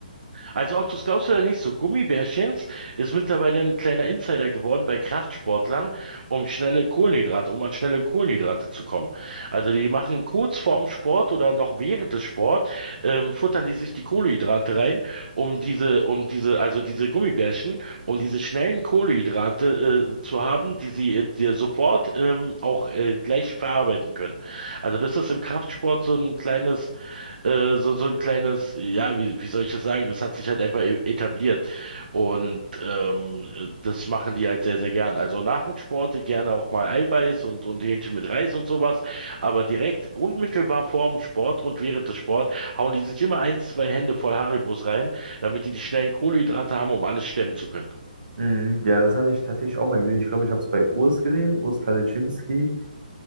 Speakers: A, on the right; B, on the right.
A: Also ob du es glaubst oder nicht, so Gummibärchens ist mittlerweile ein kleiner Insider geworden bei Kraftsportlern, um schnelle Kohlenhydrate, um an schnelle Kohlenhydrate zu kommen. Also die machen kurz vorm Sport oder noch während des Sport, ähm, futtern die sich die Kohlenhydrate rein, um diese, um diese, also diese Gummibärchen, um diese schnellen Kohlenhydrate, äh, zu haben, die sie äh, dir sofort, ähm, auch, äh, gleich verarbeiten können. Also das ist im Kraftsport so ein kleines äh, so, so ein kleines, ja, wie, wie soll ich das sagen? Das hat sich halt einfach e- etabliert. Und ähm, äh, das machen die halt sehr, sehr gern. Also nach dem Sport gerne auch mal Eiweiß und, und Hähnchen mit Reis und sowas. Aber direkt unmittelbar vorm Sport und während des Sport hauen die sich immer ein, zwei Hände voll Haribos rein, damit die die schnellen Kohlenhydrate haben, um alles stemmen zu können.
B: Mhm, ja, das hatte ich tatsächlich auch mal gesehen. Ich glaube, ich habe es bei Urs gesehen, Urs Kadeczynski.